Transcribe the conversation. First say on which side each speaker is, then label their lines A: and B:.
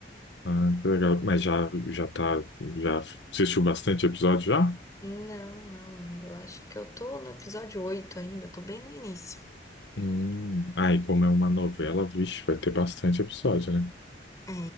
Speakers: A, on the left; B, on the left.
A: ah, que legal. Mas já, já tá, já assistiu bastante episódio já?
B: Não, não, eu acho que eu tô no episódio 8 ainda, tô bem no início.
A: Hum. Ah, e como é uma novela, vixe, vai ter bastante episódio, né?
B: É,